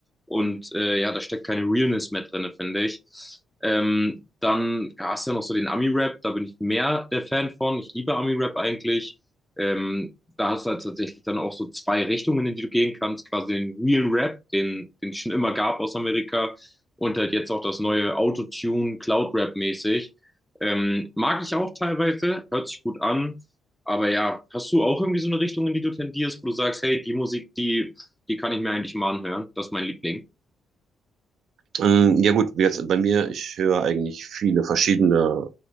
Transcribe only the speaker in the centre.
Und äh, ja, da steckt keine Realness mehr drin, finde ich. Ähm, dann ja, hast du ja noch so den Ami-Rap, da bin ich mehr der Fan von. Ich liebe Ami-Rap eigentlich. Ähm, da hast du halt tatsächlich dann auch so zwei Richtungen, in die du gehen kannst. Quasi den Real Rap, den, den es schon immer gab aus Amerika. Und halt jetzt auch das neue Autotune, Cloud Rap mäßig. Ähm, mag ich auch teilweise, hört sich gut an. Aber ja, hast du auch irgendwie so eine Richtung, in die du tendierst, wo du sagst, hey, die Musik, die, die kann ich mir eigentlich mal anhören. Das ist mein Liebling.